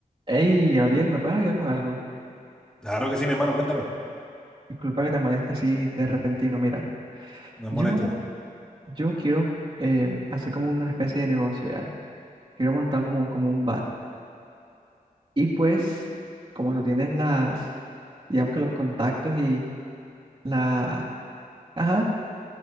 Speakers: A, on the right; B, in the centre.
A: Hey, Gabriel, ¿me puedes ayudar con algo?
B: Claro que sí, mi hermano, cuéntame.
A: Disculpa que te moleste así de repentino. Mira,
B: No es
A: yo,
B: molestia.
A: yo quiero eh, hacer como una especie de negocio, ¿ya? Quiero montar como, como un bar. Y pues, como tú tienes las, digamos que los contactos y la, ajá,